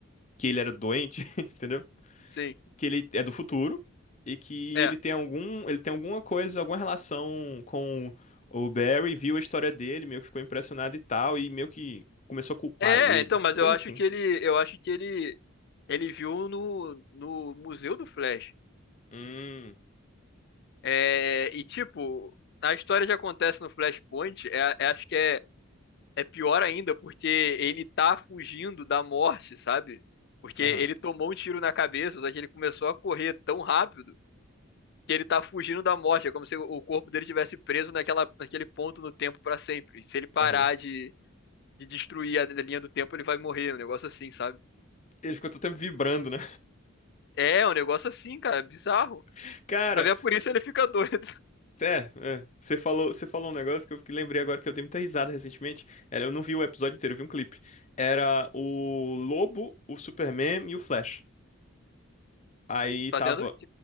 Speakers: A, on the left; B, on the left.
A: que ele era doente, <laughs> entendeu?
B: Sim.
A: que ele é do futuro e que
B: É.
A: ele tem algum, ele tem alguma coisa, alguma relação com o Barry, viu a história dele, meio que ficou impressionado e tal, e meio que começou a culpar
B: É,
A: ele,
B: então, mas
A: uma coisa
B: eu acho
A: assim.
B: que ele. Eu acho que ele. Ele viu no, no Museu do Flash.
A: Hum,
B: É, e tipo, a história que acontece no Flashpoint, é, é- acho que é, é pior ainda, porque ele tá fugindo da morte, sabe? Porque
A: aham,
B: ele tomou um tiro na cabeça, só que ele começou a correr tão rápido que ele tá fugindo da morte. É como se o corpo dele tivesse preso naquela, naquele ponto no tempo pra sempre. Se ele parar
A: aham.
B: de, de destruir a linha do tempo, ele vai morrer. Um negócio assim, sabe?
A: Ele ficou todo tempo vibrando, né?
B: É, um negócio assim, cara, bizarro.
A: <laughs> Cara,
B: Mas é por isso ele fica doido, <laughs>
A: é, é, você falou, você falou um negócio que eu fiquei- lembrei agora que eu dei muita risada recentemente. Era, eu não vi o episódio inteiro, eu vi um clipe. Era o Lobo, o Superman e o Flash. Aí
B: fazendo
A: tava